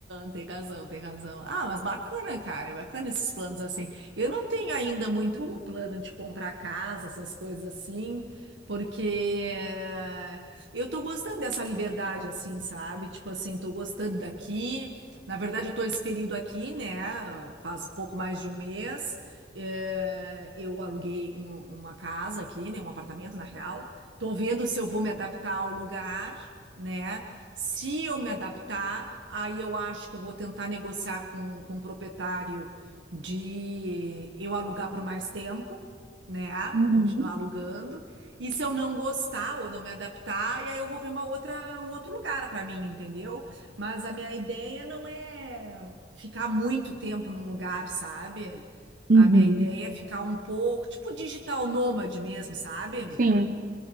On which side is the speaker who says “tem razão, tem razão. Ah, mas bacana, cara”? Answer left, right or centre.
Right